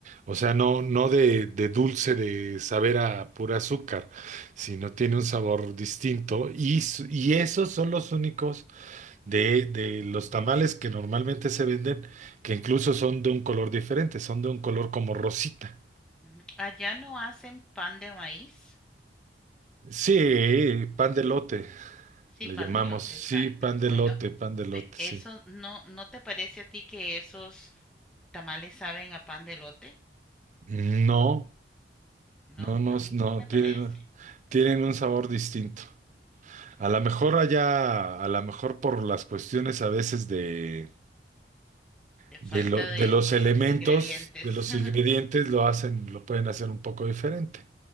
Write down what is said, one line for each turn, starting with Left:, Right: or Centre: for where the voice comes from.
Right: o sea, no, no de, de dulce de saber a pura azúcar, sino tiene un sabor distinto. Y, s- y esos son los únicos de, de los tamales que normalmente se venden, que incluso son de un color diferente, son de un color como rosita.
Centre: Ujú. Allá no hacen pan de maíz.
Right: Sí, pan de lote,
Centre: Sí,
Right: le
Centre: pan
Right: llamamos.
Centre: de elote,
Right: Sí,
Centre: exacto.
Right: pan de
Centre: Bueno,
Right: lote, pan de lote,
Centre: pe- eso
Right: sí.
Centre: no, ¿no te parece a ti que esos tamales saben a pan de elote?
Right: No,
Centre: No,
Right: no, no,
Centre: a mí
Right: no,
Centre: sí me
Right: tienen,
Centre: parece.
Right: tienen un sabor distinto. A
Centre: Mm,
Right: lo mejor allá, a lo mejor por las cuestiones a veces de,
Centre: de
Right: de,
Centre: falta
Right: lo- de
Centre: de,
Right: los
Centre: de
Right: elementos,
Centre: los ingredientes.
Right: de los
Centre: <laughs>
Right: ingredientes, lo hacen, lo pueden hacer un poco diferente.